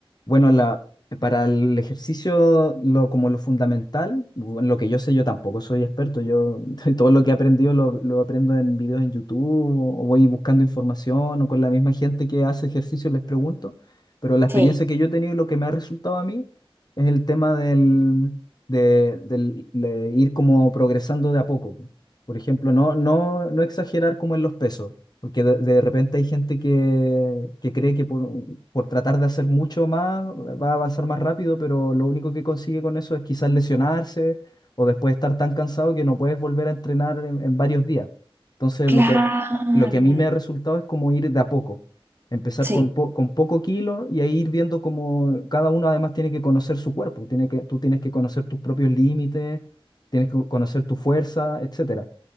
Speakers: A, on the left (about 45°); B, on the right (about 25°).
A: Bueno, la, para el ejercicio, lo, como lo fundamental, bueno, lo que yo sé, yo tampoco soy experto. Yo <laughs> todo lo que he aprendido lo, lo aprendo en videos en YouTube o voy buscando información o con la misma gente que hace ejercicio les pregunto. Pero la experiencia
B: Sí,
A: que yo he tenido y lo que me ha resultado a mí es el tema del, de, del- de ir como progresando de a poco. Por ejemplo, no, no, no exagerar como en los pesos. Porque de, de repente hay gente que, que cree que por, por tratar de hacer mucho más va a avanzar más rápido, pero lo único que consigue con eso es quizás lesionarse o después estar tan cansado que no puedes volver a entrenar en, en varios días. Entonces,
B: claro.
A: lo que, lo que a mí me ha resultado es como ir de a poco, empezar
B: Sí.
A: con, po- con poco kilo y ahí ir viendo cómo cada uno además tiene que conocer su cuerpo, tiene que, tú tienes que conocer tus propios límites, tienes que conocer tu fuerza, etcétera